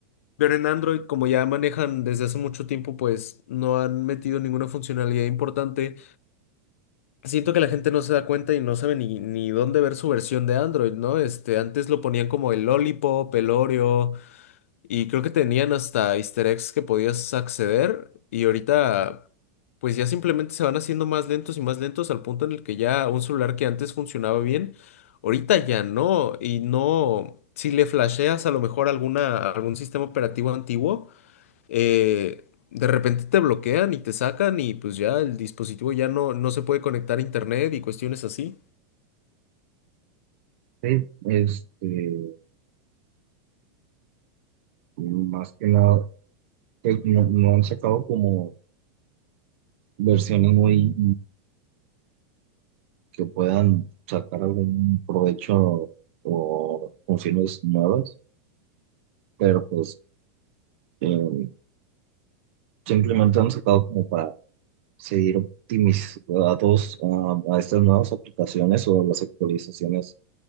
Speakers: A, on the left; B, on the right.
A: Pero en Android, como ya manejan desde hace mucho tiempo, pues no han metido ninguna funcionalidad importante. Siento que la gente no se da cuenta y no sabe ni, ni dónde ver su versión de Android, ¿no? Este, antes lo ponían como el Lollipop, el Oreo. Y creo que tenían hasta easter eggs que podías acceder. Y ahorita, pues ya simplemente se van haciendo más lentos y más lentos al punto en el que ya un celular que antes funcionaba bien, ahorita ya no. Y no, si le flasheas a lo mejor alguna, algún sistema operativo antiguo, eh, de repente te bloquean y te sacan y pues ya el dispositivo ya no, no se puede conectar a internet y cuestiones así.
B: Sí, este, más que nada, pues, no, no han sacado como versiones muy que puedan sacar algún provecho o funciones nuevas, pero pues eh, simplemente han sacado como para seguir optimizando a, a estas nuevas aplicaciones o las actualizaciones